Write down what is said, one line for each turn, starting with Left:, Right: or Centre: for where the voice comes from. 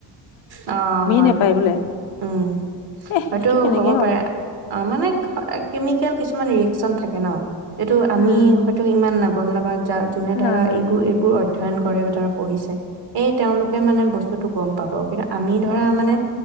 Right: অ, হয়-হয়।
Left: নেপায় বোলে
Right: উম,
Left: এহ
Right: হয়তটো
Left: সেইটো কেনেকে
Right: হ'ব পাৰে। অ, মানে কেমিকেল কিছুমান হেৰি চন থাকে ন। এইটো আমি
Left: উম
Right: হয়তো ইমান ন-গম নাপাওঁ যা-যোনে
Left: নাজানো
Right: ধৰা এইবোৰ-এইবোৰ
Left: উম,
Right: অধ্যয়ন কৰে ধৰ পঢ়িছে, এই তেওঁলোকে মানে বস্তুতোক। গম পাব কিন্তু আমি ধৰা মানে,